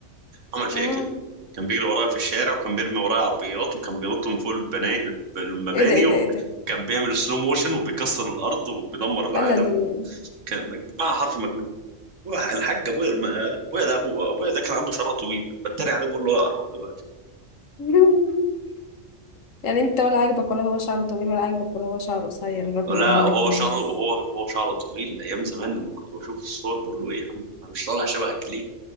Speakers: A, on the right; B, on the left.
A: عمل فيها
B: اه
A: كده كان بيجري ورايا في الشارع وكان بيرمي ورايا عربيات وكان بينط من فوق البناي المباني
B: ايه ده ايه
A: وكان
B: ده ايه ده
A: بيعمل سلو موشن وبيكسر الارض وبيدمر العالم
B: لا لا لا لا.
A: كان مع حرف مجنون واحد- الحاج ابويا الم... ابويا ده ابو ابويا ده كان عنده شعر طويل بتريق عليه بقول له اقرع دلوقتي
B: <laughs> يعني انت ولا عاجبك ولا هو شعره طويل ولا عاجبك ولا هو شعره قصير الراجل
A: لا
B: يعمل
A: وهو
B: لك ايه
A: شعره
B: بس
A: وهو هو شعره طويل ايام زمان لما كنت بشوف الصور بقول له ايه يا عم انا مش طالع شبهك ليه